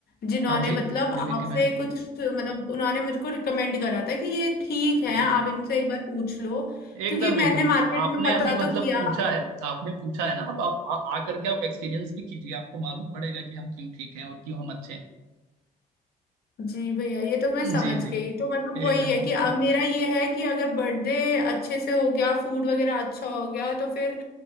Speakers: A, on the left; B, on the right.
A: जिन्होंने
B: हाँ जी
A: मतलब
B: रिलेटिव
A: आपसे
B: है
A: कुछ मतलब उन्होंने मुझको रिकमेंड करा था कि ये ठीक है
B: ओ
A: आप इनसे एक बार पूछ लो
B: एकदम
A: क्योंकि
B: एकदम
A: मैंने मार्केट
B: आपने
A: में
B: अभी
A: पता
B: मतलब
A: तो किया
B: पूछा है आपने पूछा है ना अब आप आ, आ करके आप एक्सपीरियंस भी कीजिए आपको मालूम पड़ेगा कि हम क्यों ठीक हैं और क्यों हम अच्छे
A: जी भैया ये तो मैं
B: हैं
A: समझ
B: जी जी
A: गई तो मतलब वही
B: एकदम
A: है
B: एकदम
A: कि अब मेरा ये है कि अगर बर्थडे अच्छे से हो गया फूड वगैरह अच्छा हो गया तो फिर